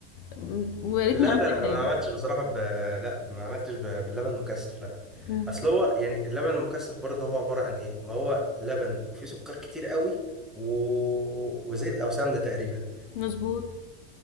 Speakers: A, on the left; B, in the centre.
A: أمم، ويا ريتني
B: لا
A: عملت
B: لا
A: اي
B: لا
A: حاجه
B: ما عملتش بصراحة ب... لا ما عملتش ب... باللبن مكثف لا
A: أمم،
B: اصل هو يعني اللبن المكثف برضه هو عبارة عن ايه ما هو لبن وفيه سكر كتير قوي و... وزيت او سمنة تقريبا
A: مظبوط